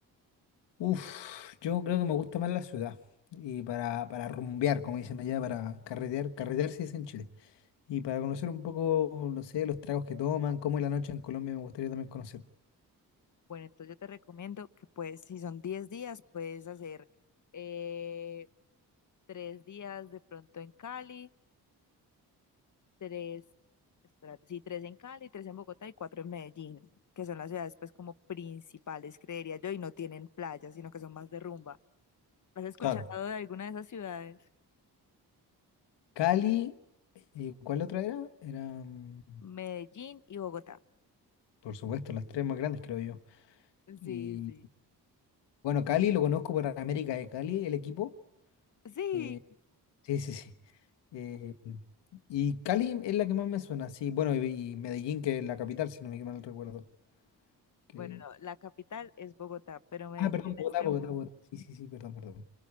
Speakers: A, on the left; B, on the left.
A: Uf, yo creo que me gusta más la ciudad. Y para, para rumbear, como dicen allá, para carretear, carretear se dice en Chile. Y para conocer un poco, no sé, los tragos que toman, cómo es la noche en Colombia, me gustaría también conocer.
B: Bueno, entonces yo te recomiendo que pues si son 10 días, puedes hacer eh, tres días de pronto en Cali, tres, espérate, sí, tres en Cali, tres en Bogotá y cuatro en Medellín, que son las ciudades pues como principales, creería yo, y no tienen playas, sino que son más de rumba. ¿Has escuchado
A: Claro.
B: de alguna de esas ciudades?
A: Cali, eh, ¿cuál otra era? Era, mm,
B: Medellín y Bogotá.
A: por supuesto, las tres más grandes, creo yo. Y
B: Sí, sí.
A: bueno, Cali lo conozco por América de Cali, el equipo.
B: Sí.
A: Eh, sí, sí, sí. Eh, y Cali es la que más me suena, sí. Bueno, y, y Medellín, que es la capital, si no me mal recuerdo. Que...
B: Bueno, no, la capital es Bogotá, pero Medellín
A: Ah, perdón,
B: en
A: Bogotá,
B: este
A: Bogotá,
B: momento.
A: Bogotá. Sí, sí, sí, perdón, perdón.